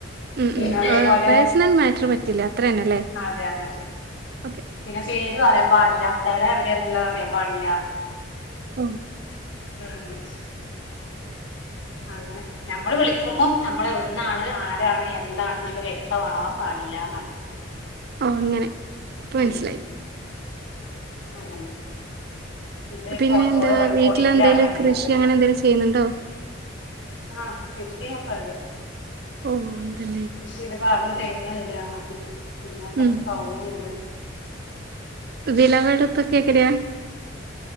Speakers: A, on the right; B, on the left.
A: ഉം ഉം
B: അതേപോലെ
A: പേഴ്സണൽ മാറ്റർ പറ്റില്ല അത്ര തന്നെ അല്ലേ
B: അതെ അതെ
A: ഓക്കെ
B: പിന്നെ പേര് പറയാൻ പാടില്ല സ്ഥല എവിടെയാന്നുള്ളതറിയൻ പാടില്ല.
A: ഉം
B: <unintelligible> അങ്ങനെ. ഞമ്മള് വിളിക്കുമ്പോ നമ്മളെവിടുന്നാണ് ആരാണ് എന്താണ്ന്നുള്ള വ്യക്തമാവാൻ പാടില്ലാന്നർത്
A: ഓ അങ്ങനെ ഇപ്പൻസ്സിലായി.
B: ഉം അങ്ങനെ. ഇത്
A: പിന്നെ
B: ഫോൺ കോള്
A: എന്താ
B: റെക്കോർഡിങ്ങിലാണ്ള്ളത്.
A: വീട്ടിലെന്തേലും കൃഷി അങ്ങനെ എന്തേലും ചെയ്യുന്നുണ്ടോ
B: ആ കൃഷി ഒക്കെ ണ്ട്
A: ഓ ണ്ട്ല്ലേ?
B: കൃഷിടെ ഭാഗം തെങ്ങ്ൾണ്ട് ഞങ്ങക്ക് പിന്നെ കൊർച്ച്
A: ഉം
B: കവുങ്ങൾണ്ട്.
A: വിളവെടുപ്പക്കെങ്ങനെയാ?